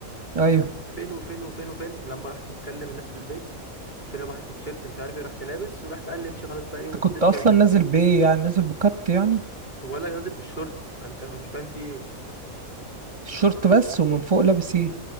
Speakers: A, on the right; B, on the left.
A: ايوه
B: فين وفين وفين وفين لما رحت مكلم الناس في البيت قلت له يابا هات لي تيشيرت مش عارف ايه رحت لابس ورحت قال لي امشي خلاص بقى ايه
A: انت
B: وما تنزلش
A: كنت اصلا
B: كده تاني
A: نازل بايه يعني نازل بكت يعني
B: بقول لك نازل بالشورت ما انت مش فاهم في ايه
A: الشورت بس ومن فوق لابس ايه